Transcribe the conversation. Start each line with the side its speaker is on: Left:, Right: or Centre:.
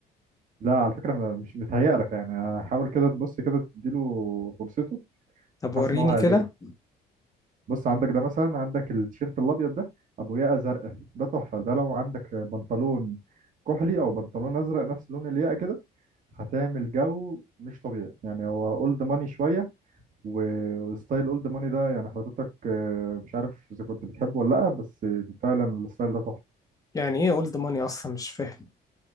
Right: لا على فكره ما- مش متهيألك يعني حاول كده تبص كده تديله فرصته
Left: طب
Right: حاسس
Left: وريني
Right: ان هو هيعجبك
Left: كده
Right: بص عندك ده مثلا عندك التيشيرت الابيض ده ابو ياقه زرقاء ده تحفه ده لو عندك بنطلون كحلي او بنطلون ازرق نفس لون الياقه كده هتعمل جو مش طبيعي يعني هو اولد ماني شويه و- وستايل اولد ماني ده يعني حضرتك آه، مش عارف اذا كنت بتحبه ولا لا بس فعلا الستايل ده تحفه
Left: يعني ايه اولد ماني اصلا مش فاهم